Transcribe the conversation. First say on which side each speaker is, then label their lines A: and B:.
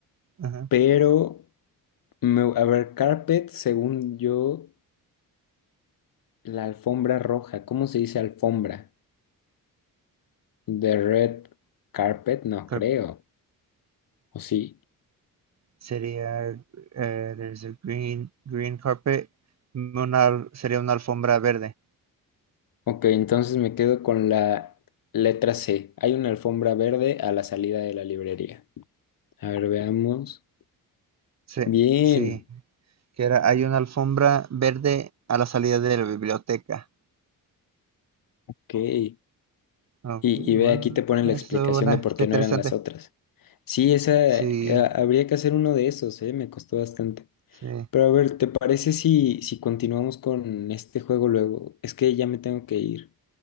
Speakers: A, on the right; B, on the left.
A: Ajá.
B: pero me- a ver, carpet, según yo, la alfombra roja. ¿Cómo se dice alfombra? The red carpet, no
A: Carpet.
B: creo. ¿O sí?
A: Sería eh, there's a green green carpet, una- sería una alfombra verde.
B: Ok, entonces me quedo con la letra C. Hay una alfombra verde a la salida de la librería. A ver, veamos.
A: Sí,
B: Bien,
A: sí, que era hay una alfombra verde a la salida de la biblioteca.
B: ok. Y,
A: Ok,
B: y
A: bueno,
B: ve, aquí te ponen
A: eso
B: la explicación
A: bueno,
B: de
A: está
B: por qué
A: interesante.
B: no eran las otras. Sí, esa, eh,
A: Sí,
B: habría que hacer uno de esos, ¿eh? Me costó bastante.
A: sí.
B: Pero a ver, ¿te parece si, si continuamos con este juego luego? Es que ya me tengo que ir,